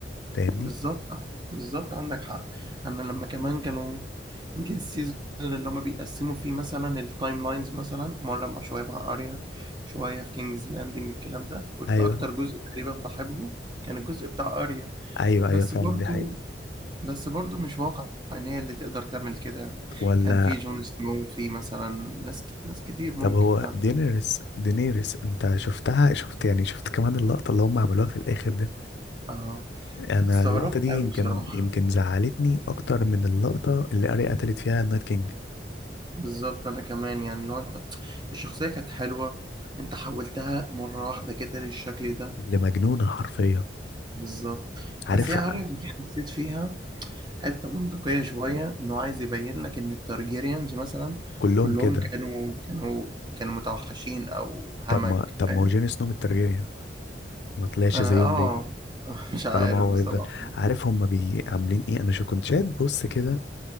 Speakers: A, on the left; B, on the right.
A: فاهمني
B: بالظبط بالظبط عندك حق انا لما كمان كانوا جه السيزون اللي هما بيقسموا فيه مثلا التايم لاينز مثلا مره مع شويه مع اريا شويه في كينجز لاندنج الكلام ده كنت
A: ايوه
B: اكتر جزء تقريبا بحبه كان الجزء بتاع اريا
A: ايوه
B: بس
A: ايوه فعلا
B: برضو
A: دي حقيقه
B: بس برضو مش واقع ان هي اللي تقدر تعمل كده يعني
A: ولا
B: كان في جون سنو في مثلا ناس ناس كتير ممكن
A: طب هو
B: تعمل
A: دينيريس دينيريس انت شفتها شفت يعني شفت كمان اللقطه اللي هم عملوها في الاخر دي
B: اه
A: انا
B: استغربت
A: اللقطه دي
B: قوي
A: يمكن
B: بصراحه
A: يمكن زعلتني اكتر من اللقطه اللي اريا قتلت فيها النايت كينج
B: بالظبط انا كمان يعني لو انت الشخصية كانت حلوة انت حولتها مرة واحدة كده للشكل ده
A: اللي مجنونه حرفيا
B: بالظبط
A: عارف
B: بس هي عارف دي حسيت فيها حتة منطقية شوية انه عايز يبين لك ان التارجيريانز مثلا
A: كلهم
B: كلهم
A: كده
B: كانوا كانوا كانوا متوحشين او همج
A: طب ما طب
B: فاهم
A: ما هو جون سنو من الترجية ما طلعش
B: انا
A: زيهم
B: اه
A: ليه
B: <laughs> مش عارف
A: طالما هو
B: بصراحة
A: هيفضل
B: بس
A: عارف هما بي عاملين ايه انا شو كنت شايف بص كده